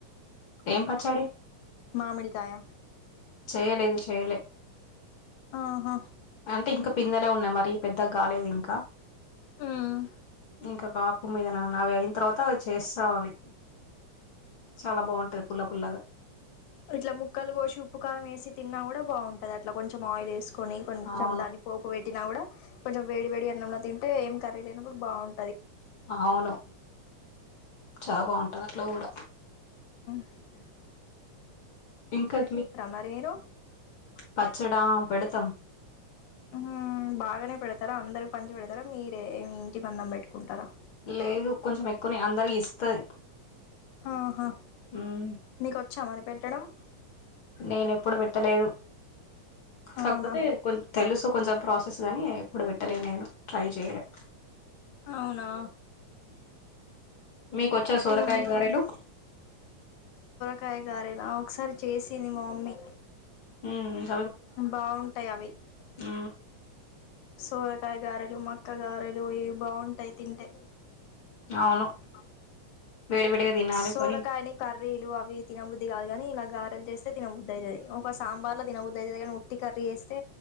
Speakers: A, on the left; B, on the left.
A: ఏం పచ్చడి?
B: మామిడికాయ
A: చెయలేదు చెయలే
B: ఆహా
A: అంటే ఇంకా పిందులే ఉన్నాయి మరీ పెద్దగా కాలేదు ఇంకా.
B: ఉమ్
A: ఇంకా కాపు మీద న నావి అయిన తర్వాత చేస్తాం అవి చాలా బావుంటది పుల్ల పుల్లగా
B: ఇట్లా ముక్కలు కోసి ఉప్పు కారం వేసి తిన్నా కూడా బావుంటది. అట్లా కొంచం ఆయిల్ వేసుకు కొని కొంచెం
A: అవును.
B: దాన్ని పోపు పె తిన కూడా కొంచెం వేడి వేడి అన్నంలో తింటే ఏం కర్రీ లేనప్పుడు బావుం
A: అవును చా బొన్ అది అట్లగూడ
B: ఉహు
A: ఇంకక్ మీ
B: మరి మీరు
A: పచ్చడా పెడతాం
B: ఉహు బాగానే పెడతారా అందరికి పంచి పెడతారా మీరే ఇంటి మందం పెట్టుకుంటారా?
A: లేదు కొంచెం ఎక్కువనే అందరి ఇస్తది
B: ఆహా
A: మ్మ్
B: మీకు వచ్చా మరి పె డం
A: నేను ఎప్పుడు పెట్టలేదు. కాకపోతే
B: అవునా
A: కొం తెలుసు కొంచెం ప్రాసెస్ గాని ఇప్పుడు పెట్టలే నేను ట్రై చేయ్యలే.
B: అవునా
A: మీకొచ్చా సొరకాయ
B: ఏం
A: గారెలు
B: కాయ గారేనా ఒకసారి చేసింది మామమ్మీ.
A: మ్
B: బావుంటాయి అవి
A: ఊ
B: సోరకాయ గారెలు, మక్క గారెలు ఇవి బావుంటాయి తింటే
A: అవును
B: అమ్
A: వేడి వేడిగా తినాలి
B: సోరకాయని
A: కానీ
B: కర్రీలు అవి తినబుద్ది కాదుగాని ఇలా గారలు చేస్తే తినబుద్ది అయితది. ఒక సాంబార్ లో తిన బుద్ది అయితది. కాని ఉట్టి కర్రీ చేస్తే